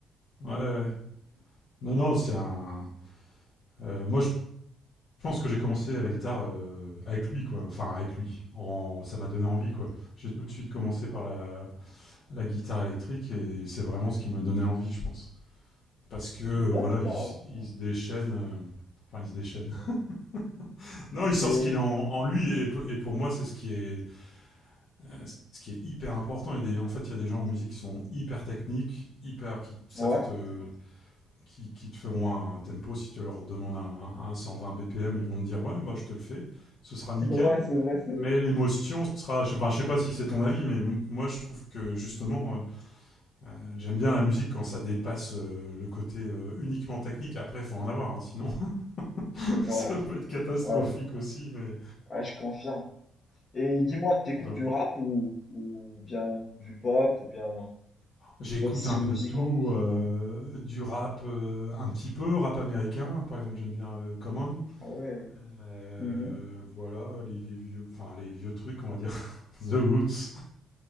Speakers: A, on the left; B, on the left.
A: ouais, ouais. non, non, c'est un. euh, moi, je, Je pense que j'ai commencé à la guitare euh, avec lui, quoi. Enfin, avec lui. En... Ça m'a donné envie, quoi. J'ai tout de suite commencé par la, la guitare électrique et c'est vraiment ce qui m'a donné envie, je pense. Parce que, euh,
B: D'accord.
A: voilà, il, il se déchaîne. euh, Enfin, il se déchaîne. <laughs> non, il sort
B: Et
A: ce qu'il a en, en lui et, et pour moi, c'est ce qui est, euh, ce qui est hyper important. Il des- en fait, il y a des gens en musique qui sont hyper techniques, hyper, qui savent
B: ouais,
A: te, qui, qui te feront un tempo. Si tu leur demandes un, un 120 BPM, ils vont te dire ouais, bah, je te le fais, ce sera nickel.
B: <laughs> Ouais, c'est vrai, c'est vrai.
A: Mais l'émotion sera, enfin, je sais pas si c'est ton avis, mais moi je trouve que justement, euh, euh, j'aime bien la musique quand ça dépasse euh, le côté euh, uniquement technique. Après, il faut en avoir, hein, sinon <laughs>
B: ouais,
A: ça peut être catastrophique
B: ouais,
A: aussi. Mais
B: ouais, je confirme. Et dis-moi, t'écoutes
A: Donc,
B: du rap ou, ou bien du pop ou bien
A: j'écoute
B: d'autres styles
A: un peu
B: musicaux?
A: de tout, euh, du rap, euh, un petit peu rap américain. Par exemple, j'aime bien euh, Common.
B: Ouais.
A: Euh,
B: Mhm.
A: voilà, les, les vieux, enfin les vieux trucs, on va dire, <laughs> The Roots.